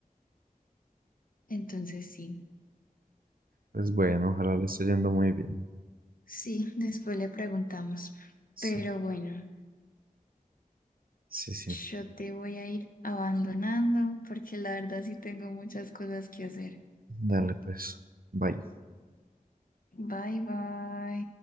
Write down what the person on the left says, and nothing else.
Entonces sí,
sí, después le preguntamos.
Pero bueno,
yo te voy a ir abandonando porque la verdad sí tengo muchas cosas que hacer.
Bye bye.